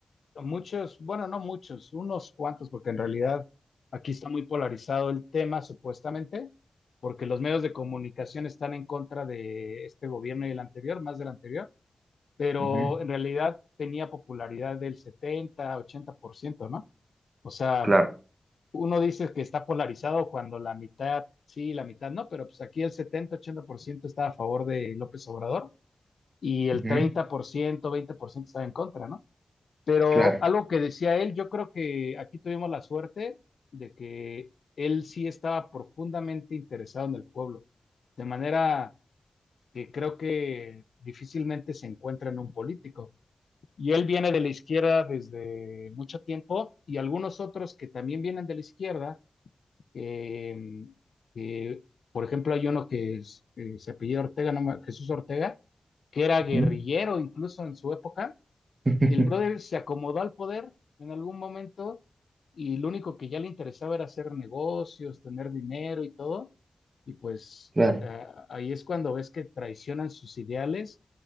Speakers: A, on the left (about 75°); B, on the right (about 40°).
A: muchos, bueno, no muchos, unos cuantos, porque en realidad aquí está muy polarizado el tema, supuestamente, porque los medios de comunicación están en contra de este gobierno y el anterior, más del anterior, pero
B: ujú,
A: en realidad tenía popularidad del setenta, ochenta por ciento, ¿no? O sea,
B: Claro.
A: uno dice que está polarizado cuando la mitad sí, la mitad no, pero pues aquí el setenta, ochenta por ciento está a favor de López Obrador y el
B: ujú,
A: treinta por ciento veinte por ciento estaba en contra, ¿no? Pero
B: Claro.
A: algo que decía él, yo creo que aquí tuvimos la suerte de que él sí estaba profundamente interesado en el pueblo, de manera que creo que difícilmente se encuentra en un político. Y él viene de la izquierda desde mucho tiempo y algunos otros que también vienen de la izquierda eh, eh, por ejemplo, hay uno que es, eh, se apellida Ortega, no me- Jesús Ortega, que era guerrillero
B: ujú,
A: incluso en su época.
B: <laughs>
A: El brother se acomodó al poder en algún momento y lo único que ya le interesaba era hacer negocios, tener dinero y todo. Y pues
B: Claro.
A: ah, ahí es cuando ves que traicionan sus ideales